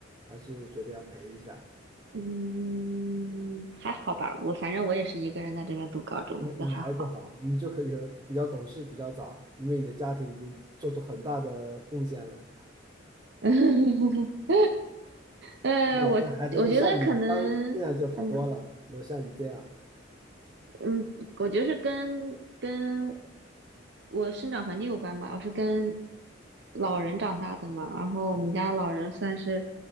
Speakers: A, on the right (about 20°); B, on the right (about 65°).
A: 还是觉得要陪一下。
B: 嗯，还好吧。我反正我也是一个人在这边读高中，
A: 那女孩子好，
B: 我觉得还好。
A: 你就很有比较懂事，比较早，因为你的家庭已经做出很大的贡献了。
B: <laughs> 呃，
A: 那我这孩子能像你当这样就好多了，
B: 我我觉得可能，嗯。
A: 能像你这样，
B: 嗯，我觉得是跟跟我生长环境有关吧。我是跟老人长大的嘛，然后我们家老人算是
A: 嗯，